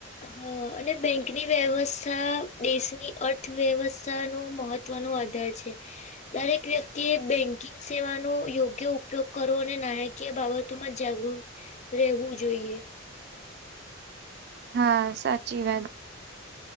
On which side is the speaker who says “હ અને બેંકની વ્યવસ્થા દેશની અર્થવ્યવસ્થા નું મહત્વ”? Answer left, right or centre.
Left